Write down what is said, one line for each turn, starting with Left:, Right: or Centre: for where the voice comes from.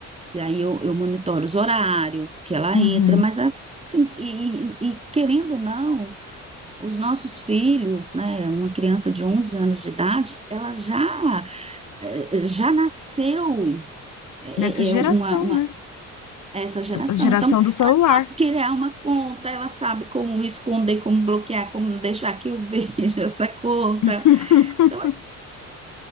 Right: que aí eu, eu monitoro os horários que ela
Left: Uhum.
Right: entra, mas assim, e, e- e querendo ou não, os nossos filhos, né, uma criança de 11 anos de idade, ela já eh, já nasceu é,
Left: Nessa geração,
Right: é, é uma, uma-
Left: né?
Right: essa geração,
Left: A geração
Right: então
Left: do celular.
Right: ela sabe criar uma conta, ela sabe como esconder, como bloquear, como não deixar que eu <laughs> veja essa conta.
Left: <laughs>
Right: Então,